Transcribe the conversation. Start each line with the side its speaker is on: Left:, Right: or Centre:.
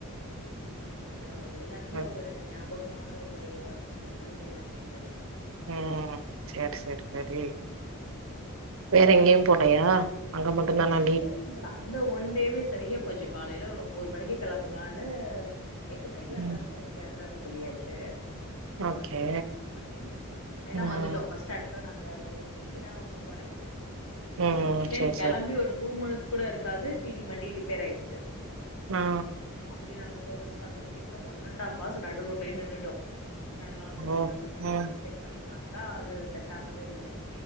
Left: நல்ல ஒரு எல்லாருமே
Right: ம்
Left: ஒரு ஞாபகமான ஒரு டேவா இருக்கும் அந்த அளவுக்கு எல்லாமே என்ஜாய் பண்ணோம்
Right: உம் சேரி சேரி சேரி வேற எங்கேயும் போலையா அங்க மட்டும் தானா
Left: வேற எங்கையு போல அது அது ஒன் டேவே சரியா போச்சு காலையில ஒரு ஒன்பது மணிக்கு கிளம்பலான்னு எட்டு மணிக்கெல்லா எல்லாரும்
Right: ம்
Left: இங்க வந்து கேதர் ஆக சொல்லியாச்சு
Right: ஓகே
Left: ஒரு பிளேஸ ஃபிக்ஸ் பண்ணி எல்லாம்
Right: ம்
Left: வந்துட்டோம் ஃபர்ஸ்ட் அக்சுல நாங்க ஒரு டி கி தா புக் பண்ணியிருந்தோம்
Right: ம்
Left: வீட்டிலந்து
Right: சேரி
Left: கிளம்பி
Right: சேரி
Left: ஒரு டூ மினிட்ஸ் கூட இருக்காது டி டி வண்டி ரிப்பேர் ஆயிடுச்சு
Right: ஆ
Left: அங்கயே நாங்க சர்விஸ் பண்றதுக்கு கிட்டத்தட்ட ஒன் அண்ட் ஹஃப் ஹர்ஸ் நடு ரோட்லயே நின்னுட்டோ எல்லா சர்வீஸ்
Right: ஓ
Left: பண்றேன்னு
Right: ம்
Left: செக் பண்ணி பாத்தா அது செட் ஆகவே இல்ல